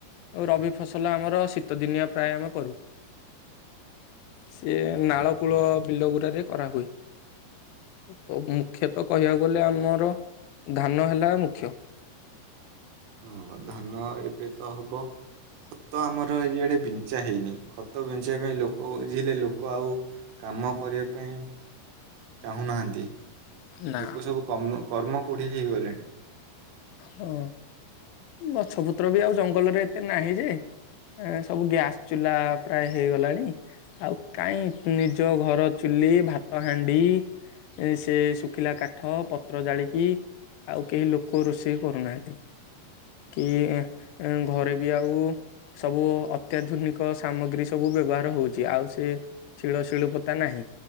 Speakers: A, on the left; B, on the right.
A: ଓ ରବି ଫସଲ ଆମର ଶୀତ ସୀତ ଦିନିଆ ପ୍ରାୟ ଆମେ କରୁ ସିଏ ନାଳ କୂଳ ବିଲ ଗୁଡାାରେ କରାହୁୁଏ ତ ମୁଖ୍ୟତଃ କହିବାକୁ ଗଲେ ଆମର ଧାନ ହେଲା ମୁଖ୍ୟ।
B: ହଁ ଧାନ ଏବେ ତ ହବ ଖତ ଆମର ଇଆଡେ ବିଞ୍ଚା ହେଇନି ଖତ ବିଞ୍ଚିବା ପାଇଁ ଲୋକ ବୁଝୀଲେ ଲୋକ ଆଉ କାମ କରିବା ପାଇଁ ଚାହୁଁ ନାହାନ୍ତି।
A: ନା
B: ଲୋକ ସବୁ କମ୍ କର୍ମ କୋଢ ହେଇ ଗଲେଣି।
A: ହଁ ଗଛ ପତ୍ର ବି ଆଉ ଜଙ୍ଗ <inaudible> ଏତେ ନାହିଁ ଯେ ଏଁ ସବୁ ଗ୍ୟାସ୍ ଚୁଲା ପ୍ରାୟ ହେଇଗଲାଣି ଆଉ କାହିଁ ଏତେ ନିଜ ଘର ଚୁଲି ଭାତ ହାଣ୍ଡି ସେ ସୁଖିଲା କାଠ ପତ୍ର ଜାଳିକି ଆଉ କେହି ଲୋକ କୋଊ ରୋଷେଇ କରୁନାହାନ୍ତି କି ଅଁ ଘରେ ବି ଆଉ ସବୁ ଅତ୍ୟାଧୁନିକ ସାମଗ୍ରୀ ସବୁ ବ୍ୟବହାର ହଉଛି ଆଉ ସେ ଶିଳ ଶିଳୁପତା ନାହିଁ